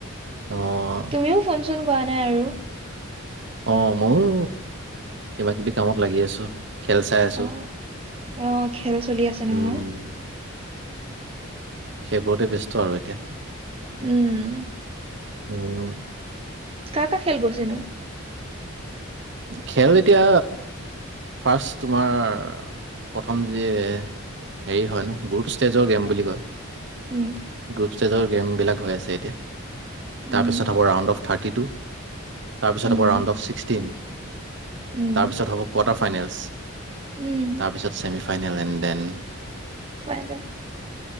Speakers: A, on the right; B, on the right.
A: অ',
B: তুমিও ফোন চোন কৰা নাই আৰু
A: অ' ময়ো কিবা কিবি কামত লাগি আছো খেল চাই আছো
B: অ অ' খেল চলি আছে
A: উম,
B: নহয়
A: সেইবোৰতে ব্যস্ত আৰু এতিয়া
B: উম
A: উম
B: কাৰ কাৰ খেল গৈছে নো
A: খেল এতিয়া ফাৰ্ষ্ট তোমাৰ প্ৰথম যে হেৰি হয় ন গ্ৰুপ ষ্টেজৰ গেম বুলি কয়
B: উম
A: গ্ৰুপ ষ্টেজ <unintelligible> গেম বিলাক হৈ আছে এতিয়া
B: উম
A: তাৰপিছত হ'ব ৰাউণ্ড অফ থাৰ্টি টু তাৰপিছত
B: উম
A: আকৌ ৰাউণ্ড অফ ছিক্সটিন
B: উম
A: তাৰপিছত হ'ব কোৱাৰ্টাৰ ফাইনেলছ
B: উম
A: তাৰপিছত semi final and then
B: final